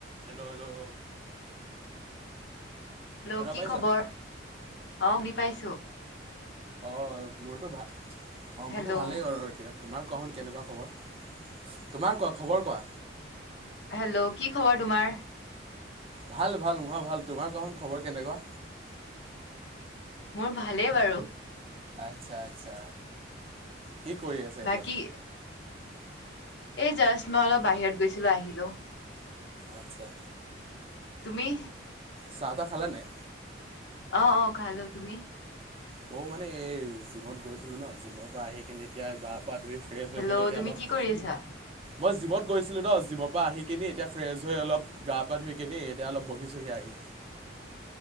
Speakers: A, on the right (about 30°); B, on the left (about 65°).
A: Hello hello
B: hello
A: শুনা
B: কি
A: পাইছা
B: খবৰ অঁ শুনি পাইছো
A: অ' মোৰতো ভাল অ'
B: হেল্ল'
A: মোৰতো ভালেই আৰু এতিয়া তোমাৰ কোৱা চোন কেনেকুৱা খবৰ তোমাৰ কোৱা খবৰ কোৱা
B: হেল্ল' কি খবৰ তোমাৰ
A: ভাল ভাল মোৰ ভাগৰ ভাল তোমাৰ কোৱাচোন খবৰ কেনেকুৱা
B: মোৰ ভালেই বাৰু
A: আচ্ছা আচ্ছা কি কৰি আছে এতিয়া
B: বাকী এই জাষ্ট মই অলপ বাহিৰত গৈছিলো আহিলো
A: আচ্ছা
B: তুমি?
A: চাহ টাহ খালা নাই
B: অঁ অঁ খালো তুমি
A: ময়ো মানে এই জিমত গৈছিলো ন জিমৰ পৰা আহি খিনি এতিয়া গা ধুই ফ্ৰেছ
B: হেল্ল'
A: হৈ কিনে এতিয়া
B: তুমি
A: অলপ
B: কি কৰি আছা?
A: মই জীমট গৈছিলো ন জীমৰ পৰা আহি কিনি এতিয়া ফ্ৰেছ হৈ অলপ গা-পা ধুই কিনি এতিয়া অলপ বহিছোহি আহি।